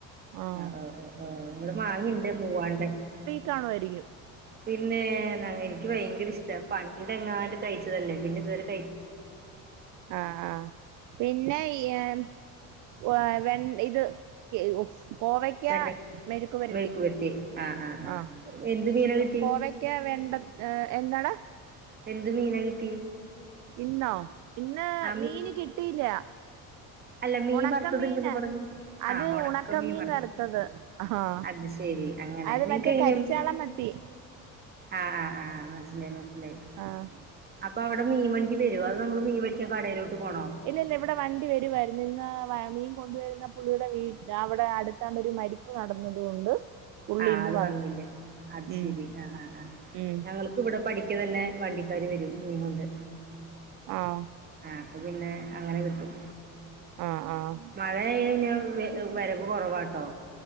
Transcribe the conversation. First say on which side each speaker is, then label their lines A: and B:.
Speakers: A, on the right; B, on the right.
A: ആഹ്
B: <unintelligible> ഇവടെ മാങ്ങിണ്ട് മൂവാണ്ടൻ
A: കാണുവായിരിക്കും
B: പിന്നെ ന എൻക്ക് ഭയങ്കര ഇഷ്ട പണ്ട് എങ്ങാണ്ട് കഴിച്ചതല്ലേ പിന്നെ ഇതുവരെ കഴി
A: ആ ആ പിന്നെ <unintelligible> വെൻ ഇത് ക് കോവക് യ്ക്ക
B: വെണ്ട
A: മെഴുക്ക്പരട്ടി
B: മെഴുക്ക് പുരട്ടി ആഹ് ആഹ് ആഹ്
A: ആ
B: എന്ത് മീനാ കിട്ടി
A: കോവയ്ക്ക വെണ്ടക് ഏ എന്താട
B: എന്ത് മീന കിട്
A: ഇന്നാവൂം ഇന്ന്
B: ആ
A: മീന്
B: മീ
A: കിട്ടിയില്ല.
B: അല്ല മീൻ
A: ഉണക്ക
B: വറ്ത്തതുണ്ട്ന്നു
A: മീന്
B: പറ്ഞ്ഞു
A: അത്
B: ആഹ് ഉണക്ക
A: ഉണക്കമീൻ
B: മീൻ വറ്ത്തത്
A: വറുത്തത് ആഹാ
B: അത് ശരി. അങ്ങനെ
A: അത്
B: നിനക്ക്
A: മറ്റേ
B: എങ്ങനെ
A: കരിച്ചാള മത്തി
B: ആഹ് ആഹ് ആഹ് മന്സ്സിലായി മന്സ്സിലായി.
A: ആഹ്
B: അപ്പോ അവ്ടെ മീൻ മണ്ടി വര്വാ അതോ നമ്മള് മീൻ വേട്ക്കൻ കടയിലോട്ട് പോണോ?
A: ഇല്ല ഇല്ല ഇവിടെ വണ്ടി വരുവായിര്ന്നു ഇന്ന് മീൻ കൊണ്ടുവരുന്ന പുള്ളിയുടെ വീട് അവ്ടെ അടുത്താണ്ടൊരു മരിപ്പ്‌ നടന്നത് കൊണ്ട്. പുള്ളി
B: ആഹ്
A: ഇന്ന്
B: ആള് വന്നില്ല അത്
A: ഉം
B: ശരി ആഹ് ആഹ് ആഹ്
A: ഉം
B: ഞങ്ങള് ക്ക്‌ ഇവിടെ പഠിക്ക തന്നെ വണ്ടിക്കാര് വരും മീൻ കൊണ്ട്.
A: ആഹ്
B: ആഹ് ആപ്പ പിന്നെ അങ്ങനെ കിട്ടും.
A: ആഹ് ആഹ്.
B: മഴയായ് കയ്ഞ്ഞ വ വരവ് കൊറവാട്ടോ.